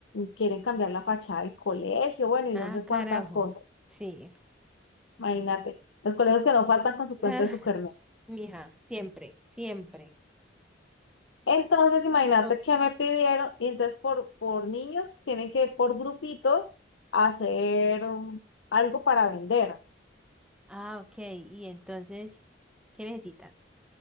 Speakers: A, on the left (about 80°); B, in the centre.
A: quieren cambiar la fachada del colegio, bueno, y
B: Ah,
A: no sé
B: carajo.
A: cuántas cosas.
B: Sí. <laughs>
A: Imagínate, los colegios que no faltan con su cuenta
B: Ah,
A: de sukermes
B: mija, siempre, siempre.
A: Entonces, imagínate
B: Oh,
A: que me pidieron, y entonces por, por niños tienen que por grupitos hacer um, algo para vender.
B: Ah, ok. Y entonces, ¿qué necesitas?